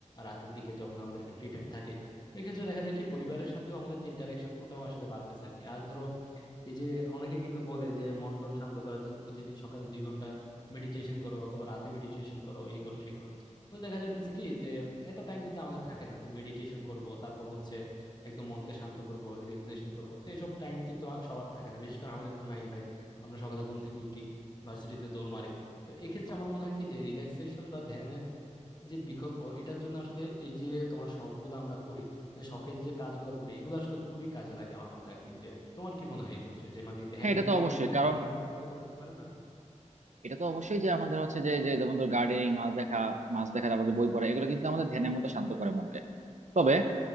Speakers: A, on the left; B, on the right.
A: রাতের দিকে যখন আমাদের একটা ফ্রি টাইম থাকে এক্ষেত্রে দেখা যায় কি পরিবারের সাথেও আমাদের যে ইন্টারেকশন ওটাও আসলে বাড়তেছে আর কি আর ধরো এই যে অনেকে কিন্তু বলে যে মন টন শান্ত করার জন্য প্রতিদিন সকালে দুই ঘন্টা মেডিটেশন করো অথবা রাতে মেডিটেশন করো এই করো সেই করো তো দেখা যাইতেছে কি যে এত টাইম কিন্তু আমাদের থাকে না যে মেডিটেশন করব তারপর হচ্ছে একদম মনকে শান্ত করব রিল্যাক্সেশন করব তো এসব টাইম কিন্তু আ- সবার থাকে না বিশেষ করে আমাদের তো নাই ভাই আমরা সকালে ঘুম থেকে উঠি ভার্সিটিতে দৌড় মারি তো এক্ষেত্রে আমার মনে হয় কি যে রিল্যাক্সেশন বা ধ্যানের যে বিকল্প এটার জন্য আসলে এই যে তোমার শখ গুলো আমরা করি মানে শখের যে কাজগুলো করি এগুলো আসলে খুবই কাজে লাগে আমার মতে আর কি যে তোমার কি মনে হয় এক্ষেত্রে যে মানে ধ্যানের
B: হ্যাঁ এটা তো
A: জন্য
B: অবশ্যই
A: কি
B: কারণ
A: ধ্যানের বিকল্প কি এটা হতে পারে না
B: এটা তো অবশ্যই যে আমাদের হচ্ছে যে যে যেমন ধর গার্ডেনিং মাছ দেখা মাছ দেখা তারপর যে বই পড়া এগুলো কিন্তু আমাদের ধ্যানের মতো শান্ত করে মনকে তবে